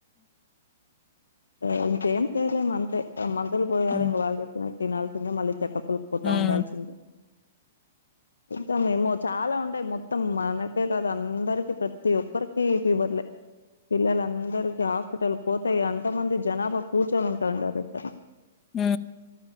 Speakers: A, on the left (about 85°); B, on the left (about 25°).
A: ఎ ఇంకేం చేలేము అంతే అమల్ తల్ పోయారు
B: హ్మ్.
A: ఇంగ వాల్ చెప్పిన తినల్సిందె మళ్ళీ చెకప్ కొల్ పోతా
B: హ్మ్.
A: ఉండాల్సిందే ఇద్దమేమో చాలా ఉంటాయ్, మొత్తం మనకే కాద అందరికి ప్రతి ఒక్కరికి ఫీవర్లే, పిల్లలు అందరు కి హాస్పిటల్ పోతాయ్ అన్ కొంతమంది జనాభా కూర్చొని ఉంటాండరంట
B: హు